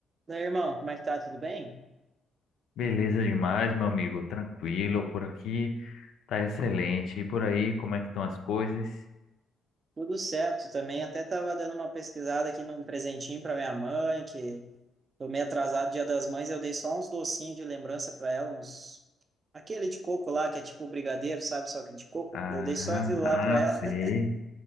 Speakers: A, on the right (about 40°); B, on the left (about 75°).
A: Daí, irmão, como é que tá? Tudo bem?
B: Beleza demais, meu amigo. Tranquilo, por aqui tá excelente. E por aí, como é que estão as coisas?
A: Tudo certo também. Até tava dando uma pesquisada aqui num presentinho para minha mãe, que tô meio atrasado Dia das Mães, eu dei só uns docinhos de lembrança para ela, uns aquele de coco lá, que é tipo brigadeiro, sabe? Só que de coco.
B: Ah,
A: Eu dei só aquilo lá
B: ah,
A: para ela,
B: sei.
A: <laughs> que